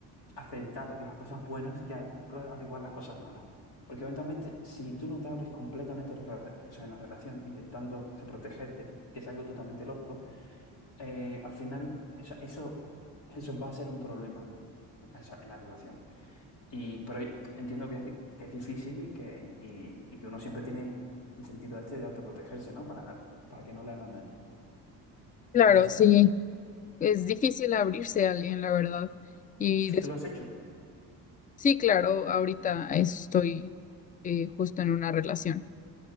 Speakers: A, on the left; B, on the left.
A: aceptar las cosas buenas que hay, pero al igual las cosas malas. Porque eventualmente, si tú no te hables completamente la rela- o sea, en la relación, intentando o sea, protegerte, que es algo totalmente lógico, eh, al final o sea, eso, eso va a ser un problema o sea, en la relación. Y, pero entiendo que es, di- que es difícil y que, y, y que uno siempre tiene el sentido este de autoprotegerse, ¿no? Para, para que no le hagan daño.
B: Claro,
A: Pero es difícil.
B: sí, es difícil abrirse a alguien, la verdad. Y
A: ¿Eso
B: des-
A: tú lo has hecho?
B: sí, claro, ahorita
A: Completamente.
B: estoy eh, justo en una relación